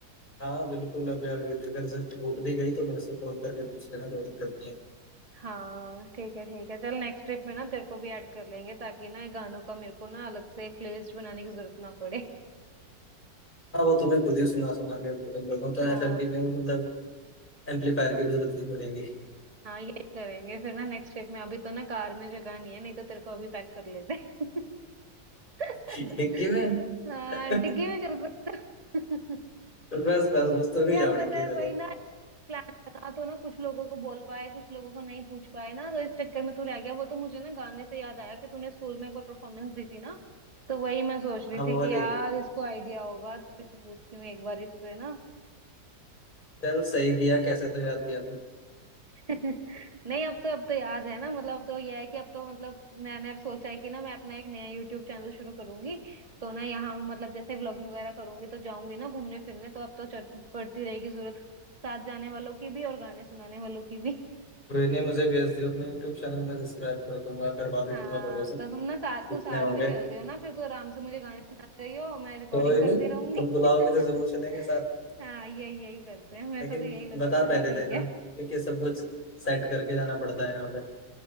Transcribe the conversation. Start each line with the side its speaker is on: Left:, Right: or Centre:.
Left: हाँ बिल्कुल अभी अभी अगर से छूट भी गई तो मेरे से फोन करके पूछ लेना कोई दिक्कत नहीं है
Right: हाँ ठीक है ठीक है चल नेक्स्ट ट्रिप में ना तेरे को भी ऐड कर लेंगे ताकि ना ये गानों का मेरे को ना अलग से एक प्लेलिस्ट बनाने की जरूरत ना पड़े
Left: हाँ वो तुम्हें खुद ही सुना सुना के खत्म करता हूँ तो
Right: <laughs> हाँ
Left: एफएम की में वो मतलब एम्पलीफायर की भी जरूरत नहीं पड़ेगी
Right: हाँ ये करेंगे फिर ना नेक्स्ट ट्रिप में अभी तो ना कार में जगह नहीं है नहीं तो तेरे को अभी पैक कर लेते <laughs>
Left: <laughs> डिग्गी में
Right: हाँ डिग्गी
Left: <laughs>
Right: में चल सकते हो।
Left: तो बस बस बस तुम
Right: <laughs>
Left: ही
Right: यार
Left: जाओ
Right: पता
Left: डिग्गी
Right: है
Left: में
Right: वही
Left: तो
Right: ना प्लान बना तो ना कुछ लोगों को बोल पाए कुछ लोगों को नहीं पूछ पाए ना तो इस चक्कर में तू रह गया वो तो मुझे ना गाने से याद आया कि तूने स्कूल में एक बार परफॉर्मेंस दी थी ना तो वही मैं सोच रही
Left: हाँ वो
Right: थी
Left: वाली
Right: कि यार इसको आइडिया होगा तो फिर मैं पूछती हूँ एक बार इससे ना
Left: चल सही किया कैसे तो याद किया तुमने
Right: <laughs> नहीं अब तो अब तो याद है ना मतलब अब तो यह है कि अब तो मतलब मैंने अब सोचा है कि ना मैं अपना एक नया यूट्यूब चैनल शुरू करूंगी तो ना यहाँ मतलब जैसे व्लॉगिंग वगैरह करूंगी तो जाऊंगी ना घूमने फिरने तो अब तो चल- पड़ती रहेगी जरूरत साथ जाने वालों की भी और गाने सुनाने वालों की भी
Left: कोई नहीं मुझे भेज दियो अपने यूट्यूब चैनल में सब्सक्राइब कर दूंगा करवा भी
Right: हाँ
Left: दूंगा लोगों
Right: तो
Left: से
Right: तुम ना साथ तो
Left: जितने
Right: साथ
Left: होंगे
Right: भी चल रहे हो ना फिर तो आराम से मुझे गाने सुना रही हो मैं रिकॉर्डिंग
Left: कोई
Right: करते
Left: नहीं
Right: रहूंगी
Left: तुम
Right: <laughs>
Left: बुलाओगे तो जरूर चलेंगे साथ में
Right: हाँ यही यही करते हैं मेरे
Left: लेकिन
Right: को तो यही लग
Left: बता
Right: रहा था
Left: पहले
Right: कि ठीक
Left: देना
Right: है
Left: क्योंकि सब कुछ सेट करके जाना पड़ता है यहाँ पे